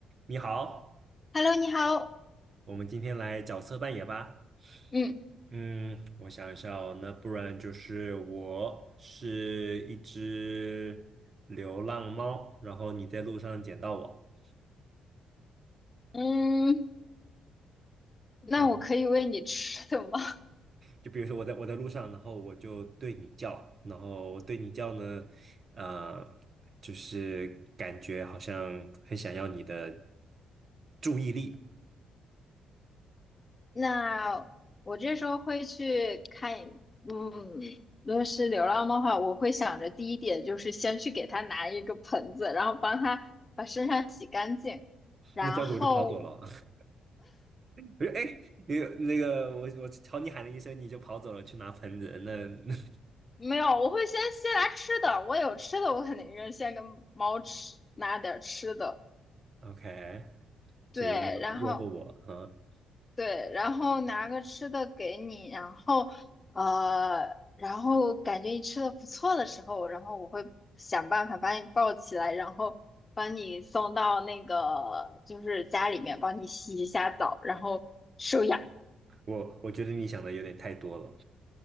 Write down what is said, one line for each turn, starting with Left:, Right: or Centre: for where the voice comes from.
Right: 你好，
Left: Hello，你好。
Right: 我们今天来角色扮演吧。
Left: 嗯
Right: 嗯，我想一下哦，那不然就是我是一只流浪猫，然后你在路上捡到我，
Left: 嗯，那我可以喂你吃的吗？
Right: 然后
Left: <laughs>
Right: 就比如说我在我在路上，然后我就对你叫，然后我对你叫呢，呃，就是感觉好像很想要你的注意力，
Left: 那我这时候会去看一嗯，如果是流浪猫的话，我会想着第一点就是先去给它拿一个盆子，然后帮它把身上洗干净，然后
Right: 那这样子我就跑走了。<laughs> 我就哎，诶那个那个我我朝你喊了一声，你就跑走了去拿盆子，那 <laughs>
Left: 没有，我会先先拿吃的，我有吃的，我肯定是先跟猫吃拿点儿吃的，
Right: OK，
Left: 对，
Right: 所以诱诱惑我，
Left: 然后
Right: 啊，
Left: 对，然后拿个吃的给你，然后呃，然后感觉你吃的不错的时候，然后我会想办法把你抱起来，然后把你送到那个就是家里面，帮你洗一下澡，然后收养。
Right: 我我觉得你想的有点太多了。